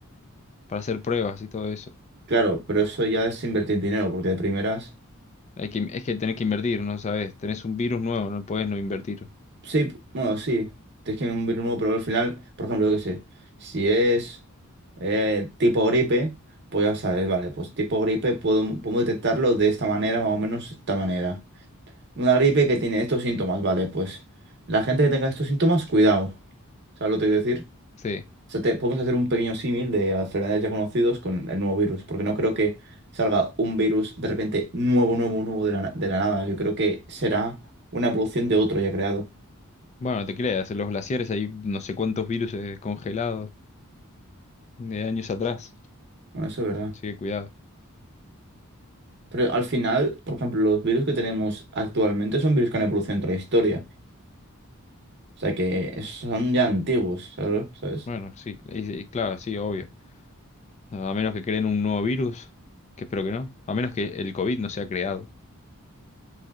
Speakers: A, on the left; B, on the right.
A: para hacer pruebas y todo eso.
B: Claro, pero eso ya es invertir dinero, porque de primeras...
A: Hay que, es que tenés que invertir, ¿no sabes? Tenés un virus nuevo, no podés no invertir.
B: Sí, bueno, sí, tienes que un virus nuevo, pero al final, por ejemplo, yo qué sé, si es eh, tipo gripe, pues ya sabes, vale, pues tipo gripe puedo, puedo detectarlo de esta manera, más o menos de esta manera. Una gripe que tiene estos síntomas, vale, pues la gente que tenga estos síntomas, cuidado. ¿Sabes lo que te quiero decir?
A: Sí.
B: O sea, te- podemos hacer un pequeño símil de a enfermedades ya conocidos con el nuevo virus, porque no creo que salga un virus de repente nuevo, nuevo, nuevo de la, na- de la nada. Yo creo que será una evolución de otro ya creado.
A: Bueno, no te creas, en los glaciares hay no sé cuántos virus eh, congelados de años atrás.
B: Bueno, eso es verdad.
A: Así que cuidado.
B: Pero al final, por ejemplo, los virus que tenemos actualmente son virus que han evolucionado entre la historia. O sea que son ya antiguos, ¿sabes? ¿Sabes?
A: Bueno, sí, y- y claro, sí, obvio. No, A menos que creen un nuevo virus, que espero que no. A menos que el COVID no sea creado.